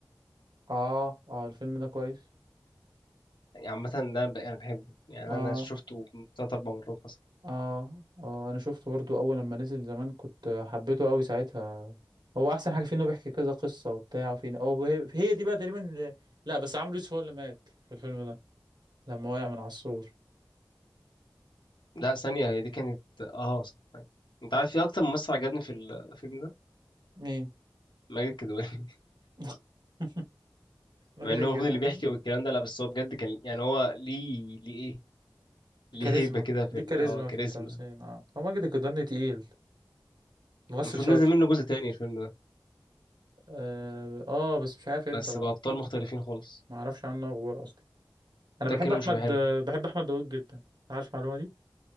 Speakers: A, on the right; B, on the left.
A: اه اه الفيلم ده كويس
B: يعني عامة ده أنا ب- أنا بحبه يعني
A: اه
B: أنا شفته تلات أربع مرات مثلا
A: اه اه انا شفته برضو اول لما نزل زمان كنت حبيته قوي ساعتها هو احسن حاجة فيه انه بيحكي كذا قصة وبتاع وفين او هي هي دي بقى تقريبا اللي... لا بس عمرو يوسف هو اللي مات في الفيلم ده لما وقع من على السور
B: لا ثانية هي دي كانت أه صح أيوة. أنت عارف في أكتر ممثل عجبني في الفيلم ده؟
A: مين
B: ماجد الكدواني <laughs>
A: <laughs> ماجد
B: مع إن
A: الكدواني
B: هو المفروض اللي بيحكي والكلام ده لا بس هو بجد كان يعني هو ليه ليه إيه ليه
A: كاريزما
B: هيبة كده في
A: دي
B: ال-
A: كاريزما
B: اه كاريزما
A: في التمثيل اه هو ماجد الكدواني تقيل ممثل
B: المفروض
A: شاطر
B: نازل منه جزء تاني الفيلم ده
A: اه آه، بس مش عارف امتى
B: بس
A: بقى
B: بأبطال مختلفين خالص
A: ما اعرفش عنه اخبار اصلا انا
B: ده
A: بحب
B: الكلام
A: احمد
B: مش بيبقى حلو
A: آه، بحب احمد داوود جدا عارف المعلومه دي